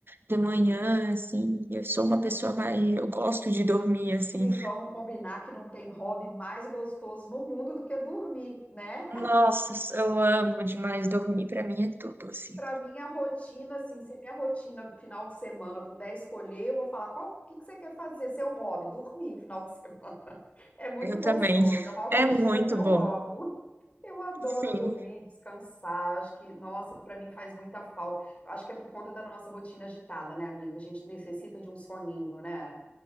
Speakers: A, on the right; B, on the left.
A: De manhã, assim, eu sou uma pessoa mais. Eu gosto de dormir, assim.
B: E vamos combinar que não tem hobby mais gostoso no mundo do que dormir, né?
A: Nossa, eu amo demais dormir, pra mim é tudo, assim.
B: Para minha rotina, assim, se minha rotina final de semana eu puder escolher, eu vou falar qual, o que que você quer fazer, seu hobby, dormir final de semana. <laughs> É muito
A: Eu
B: gostoso,
A: também.
B: é uma rotina
A: É muito
B: que eu
A: bom.
B: amo. Eu adoro
A: Sim.
B: dormir, descansar. Eu acho que, nossa, para mim faz muita falta. Eu acho que é por conta da nossa rotina agitada, né, amiga? A gente necessita de um soninho, né?